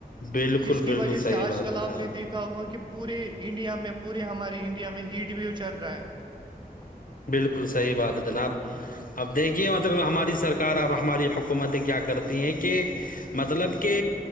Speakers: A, on the left; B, on the right.
A: بالکل
B: جس کی
A: بالکل
B: وجہ سے
A: صحیح
B: آج
A: بات
B: کل
A: ہے
B: آپ
A: جناب
B: نے دیکھا ہوگا‌ کہ پورے انڈیا میں پورے ہمارے انڈیا میں ہیٹ ویو چل رہا ہے
A: بالکل صحیح بات ہے جناب اب دیکھیے ہماری سرکار اور ہماری حکومتیں کیا کرتی ہیں کہ مطلب کہ